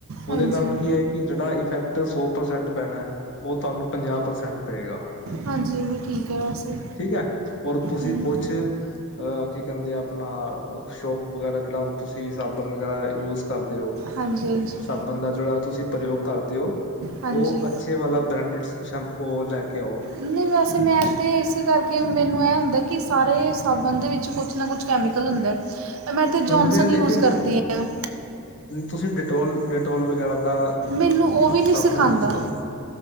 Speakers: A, on the left; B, on the right.
A: ਉਹਦੇ
B: ਹਾਂਜੀ
A: ਕਾਰਨ ਕੀ ਹੈ, ਕਿ ਜਿਹੜਾ ਇਫੈਕਟ ਸੌ ਪ੍ਰਸੈਂਟ ਪੈਣਾ ਉਹ ਤੁਹਾਨੂੰ ਪੰਜਾਹ ਪ੍ਰਸੈਂਟ ਪਏਗਾ
B: ਹਾਂਜੀ ਉਹ ਵੀ ਠੀਕ ਹੈ ਵੈਸੇ
A: ਠੀਕ ਹੈ, ਤੁਸੀਂ
B: ਹੂੰ
A: ਕੁਝ ਅ ਕੀ ਕਹਿੰਦੇ ਆ, ਆਪਣਾ ਸ਼ੋਪ ਵਗੈਰਾ ਜਿਹੜਾ ਤੁਸੀਂ ਸਾਬਣ ਵਗੈਰਾ ਯੂਜ ਕਰਦੇ ਹੋ,
B: ਹਾਂਜੀ ਹਾਂਜੀ
A: ਸਾਬਣ ਦਾ ਜਿਹੜਾ ਤੁਸੀਂ ਪ੍ਰਯੋਗ ਕਰਦੇ ਹੋ।
B: ਹਾਂਜੀ
A: ਉਹ ਅੱਛੇ ਵਾਲਾ ਬ੍ਰਾਂਡਡ ਸ਼ੈਂਪੂ ਲੈ ਕੇ ਆਓ।
B: ਨਹੀਂ ਵੈਸੇ ਮੈਂ ਤਾਂ ਇਸੇ ਕਰਕੇ ਮੈਨੂੰ ਇਹ ਹੁੰਦਾ, ਕਿ ਸਾਰੇ ਸਾਬਣ ਦੇ ਵਿੱਚ ਕੁਛ ਨਾ ਕੁਛ। ਕੈਮੀਕਲ ਹੁੰਦਾ। ਮੈਂ ਤਾਂ
A: ਹੁੰਦੇ
B: ਜੌਨਸਨ
A: ਆ ਲੇਕਿਨ
B: ਯੂਜ਼ ਕਰਦੀ ਹਾਂ
A: ਤੁਸੀਂ ਡਿਟੋਲ। ਟੋਲ ਵਗੈਰਾ ਦਾ
B: ਮੈਨੂੰ ਉਹ ਵੀ ਨਹੀਂ
A: ਸਾਬਣ
B: ਸਿਖਾਉਂਦਾ
A: ਯੂਜ ਕਰੋ,